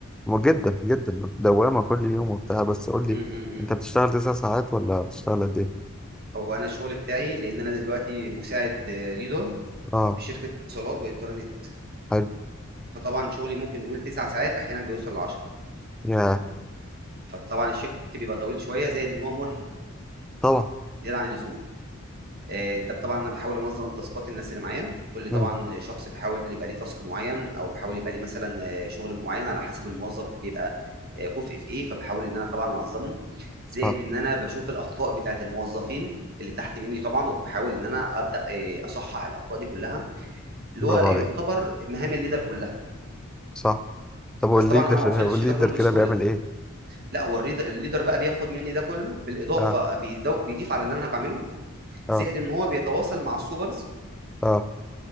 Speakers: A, in the centre; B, on the right.
A: م- جدا جدا دوامة كل يوم وبتاع بس قول لي
B: امم
A: انت بتشتغل تسع ساعات ولا بتشتغل قد ايه؟
B: هو انا الشغل بتاعي لان انا دلوقتي مساعد آه، ليدر
A: اه
B: في شركه اتصالات وانترنت
A: حلو
B: فطبعا شغلي ممكن نقول تسع ساعات احيانا بيوصل ل 10
A: يا
B: فطبعا الشيفت بيبقى طويل شويه زائد ان هو مرهق
A: طبعا
B: زياده عن اللزوم آه، انت طبعا انا بحاول انظم تاسكات الناس اللي معايا كل طبعا
A: امم
B: شخص بحاول يبقى ليه تاسك معين او بحاول يبقى ليه مثلا آه، شغل معين على حسب الموظف بيبقى آه، كفء في ايه فبحاول ان انا طبعا انظمه زائد
A: صح
B: ان انا بشوف الاخطاء بتاعت الموظفين اللي تحت مني طبعا وبحاول ان انا ابدا آه، اصحح الاخطاء دي كلها اللي
A: برافو
B: هو يعتبر
A: عليك
B: مهام الليدر كلها
A: صح طب والليدر
B: بس طبعا انا ما وصلتش
A: والليدر
B: لده كله
A: كده
B: بسهوله
A: بيعمل ايه
B: لا هو الريدر- الليدر بقى بياخد مني ده كله بالاضافه
A: اه
B: بيدو- بيضيف على اللي انا بعمله
A: اه
B: زائد ان هو بيتواصل مع السوبرز
A: اه